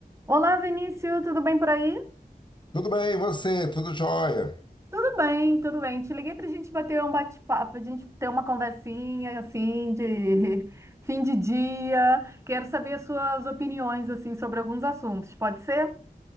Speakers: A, on the right; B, on the left.
A: Olá, Vinícius, tudo bem por aí?
B: Tudo bem, e você? Tudo jóia?
A: Tudo bem, tudo bem. Te liguei para a gente bater um bate-papo, a gente ter uma conversinha assim de <laughs> fim de dia. Quero saber as suas opiniões assim sobre alguns assuntos. Pode ser?